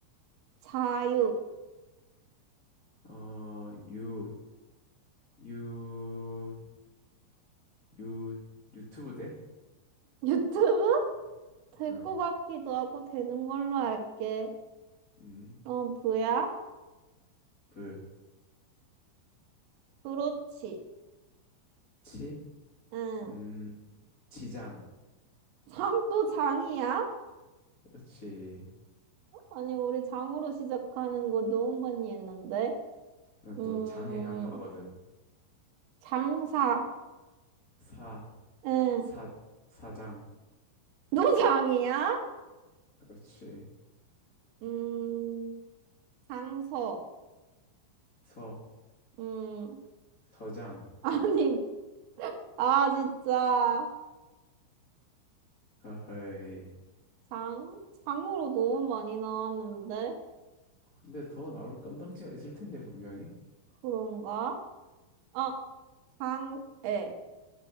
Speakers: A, on the right; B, on the left.
A: 자유,
B: 어, 유, 유, 유, 유튜브 대?
A: <laughs> 유튜브? 될
B: 응,
A: 것 같기도 하고 되는 걸로 할게.
B: 음,
A: 어, 부야?
B: 브,
A: 그렇지.
B: 치,
A: 응.
B: 음, 치장.
A: 장 또 장이야?
B: 그렇지.
A: 아니, 우리 장으로 시작하는 거 너무 많이 했는데.
B: 난
A: 음,
B: 또 장의 악마거든.
A: 장사,
B: 사,
A: 응.
B: 사, 사장.
A: <laughs> 노장이야?
B: 그렇지.
A: 음, 장서,
B: 서,
A: 음,
B: 서장.
A: <laughs> 아니, 아, 진짜.
B: 허허이.
A: 장? 장으로 너무 많이 나왔는데?
B: 근데 더 나올 건덕지가 있을 텐데, 분명히.
A: 그런가? 아, 장애,